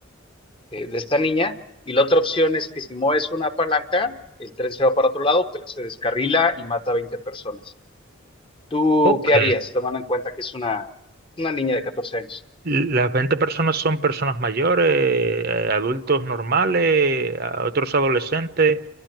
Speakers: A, on the left; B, on the right.
A: eh, de esta niña. Y la otra opción es que si mueves una palanca, el tren se va para otro lado, pero se descarrila y mata a 20 personas. ¿Tú
B: Ok.
A: qué harías, tomando en cuenta que es una, una niña de catorce años?
B: Las 20 personas son personas mayores, eh, adultos normales, a otros adolescentes.